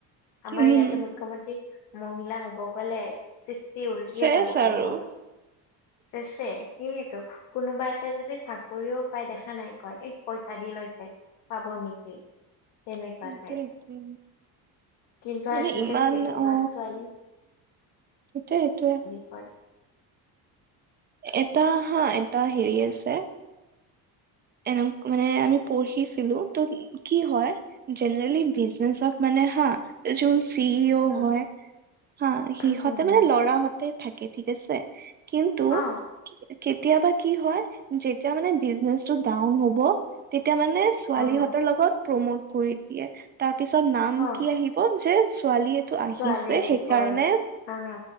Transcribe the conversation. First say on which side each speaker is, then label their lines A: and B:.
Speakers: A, on the left; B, on the right.
A: আমাৰ
B: উম
A: ইয়াতে মুখমন্ত্ৰী মহিলা হব গলে সৃষ্টি উলটিয়ে
B: চেচ
A: যাব ক'ব
B: আৰু
A: গলে চেচে। সেইয়েতো কোনোবা এটাই যদি চাকৰিও পায় দেখা নাই কয় এই পইচা দি লৈছে পাব নেকি তেনেকুৱা
B: সেইটোৱে
A: টাইপ।
B: সেইটোৱে
A: কিন্তু
B: মানে
A: আজিকালি
B: ইমান
A: বেছিভাগ
B: অ
A: ছোৱালী
B: সেইটোয়ে সেইটোয়ে
A: হয়
B: এটা হা এটা হেৰি আছে এনে মানে আমি পঢ়িছিলো ত কি হয় জেনেৰেলি বিজনেচত মানে হা চি ই ও
A: উম,
B: হয় হা সিহঁতে
A: হম, হম, হম,
B: মানে লৰাহতে থাকে ঠিক আছে কিন্তু
A: অ
B: কেতিয়াবা কি হয় যেতিয়া মানে বিজনেচটো ডাউন হব তেতিয়া মানে ছোৱালীহতৰ
A: অ', হ,
B: লগত প্ৰমোট কৰি দিয়ে তাৰ পিছত নাম
A: অ',
B: কি আহিব যে ছোৱালী টো আহিছে
A: ছোৱালী
B: সেইকাৰণে
A: কৰ হা, হা,